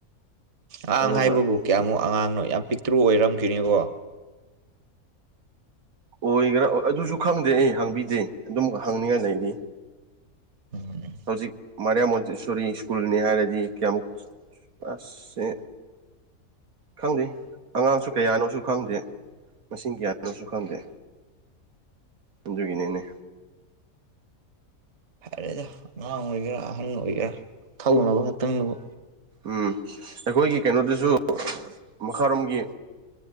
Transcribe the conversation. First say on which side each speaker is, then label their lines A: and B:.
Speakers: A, on the right; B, on the right.
A: ꯑꯉꯥꯡ
B: ꯑꯗꯨꯒ
A: ꯍꯥꯏꯕꯕꯨ ꯀꯌꯥꯃꯨꯛ ꯑꯉꯥꯡꯅꯣ ꯌꯥꯝ ꯄꯤꯛꯇ꯭ꯔꯨ ꯑꯣꯏꯔꯝꯈꯤꯅꯤꯀꯣ
B: ꯑꯣꯏꯒꯦꯔꯥ ꯑꯥ ꯑꯗꯨꯖꯨ ꯈꯪꯗꯦ ꯑꯩ ꯍꯪꯕꯤꯗꯦ ꯑꯗꯨꯝ ꯍꯪꯅꯤꯡꯉꯥꯏ ꯂꯩꯔꯤ
A: <inaudible>
B: ꯍꯧꯖꯤꯛ ꯃꯔꯤꯌꯥ ꯃꯣꯟꯇꯦꯁꯣꯔꯤ ꯁ꯭ꯀꯨꯜꯅꯦ ꯍꯥꯏꯔꯗꯤ ꯀꯌꯥꯃꯨꯛ ꯑꯁ ꯈꯪꯗꯦ ꯑꯉꯥꯡꯁꯨ ꯀꯌꯥꯅꯣꯁꯨ ꯈꯪꯗꯦ ꯃꯁꯤꯡ ꯀꯌꯥꯅꯣꯁꯨ ꯈꯪꯗꯦ ꯑꯗꯨꯒꯤꯅꯦꯅꯦ
A: ꯐꯔꯦꯗ ꯑꯉꯥꯡ ꯑꯣꯏꯒꯦꯔꯥ ꯑꯍꯟ ꯑꯣꯏꯒꯦꯔꯥ ꯊꯧꯅꯕ ꯈꯛꯇꯪꯗꯨꯕꯨ
B: ꯎꯝ ꯑꯩꯈꯣꯏꯒꯤ ꯀꯩꯅꯣꯗꯁꯨ ꯃꯈꯥꯔꯣꯝꯒꯤ